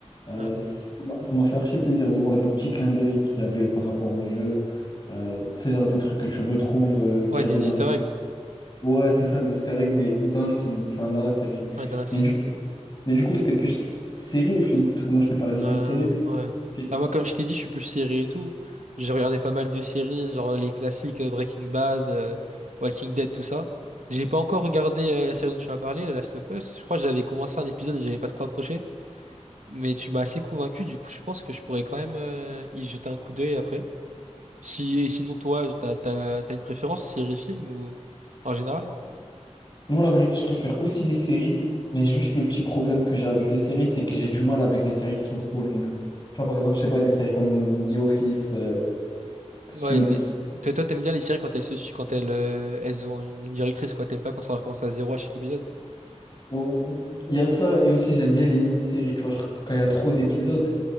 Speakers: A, on the left (about 40°); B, on the right (about 85°).
A: euh,
B: Ouais,
A: ça m'a ça m'a fait archi plaisir de voir des petits clins d'œil qu'il y avait par rapport au jeu. Euh, tu sais, genre des trucs que tu retrouves euh, qu'il
B: ouais des
A: y avait dans
B: easter
A: le jeu.
B: eggs.
A: Ouais, c'est ça, des easter eggs, mais dans le film, enfin, dans la série.
B: Ouais, dans la série.
A: Mais du, mais du coup, toi, t'es plus série ou film? Parce que moi, je t'ai parlé
B: Euh,
A: d'une série. toi,
B: ouais.
A: film.
B: Bah, moi, comme je t'ai dit, je suis plus série et tout. J'ai regardé pas mal de séries, genre les classiques euh, Breaking Bad, euh, Walking Dead, tout ça. J'ai pas encore regardé euh, la série dont tu m'as parlé, The Last of Us. Je crois que j'avais commencé un épisode et j'avais pas trop accroché. Mais tu m'as assez convaincu, du coup, je pense que je pourrais quand même euh, y jeter un coup d'œil après. Si... Et sinon, toi, t'as, t'as, t'as une préférence, série, film ou en général?
A: Moi, la vérité, je préfère aussi les séries, mais juste le petit problème que j'ai avec les séries, c'est que j'ai du mal avec les séries qui sont trop longues. Tu vois, par exemple, je sais pas, des séries comme The Office, euh, Suits.
B: Ouais, les- toi, toi, t'aimes bien les séries quand elles se su- quand elles, euh, elles ont une ligne directrice, quoi. T'aimes pas quand ça recommence à zéro à chaque épisode.
A: ou- Il y a ça, et aussi j'aime bien les mini-séries, tu vois, genre, quand il y a trop d'épisodes,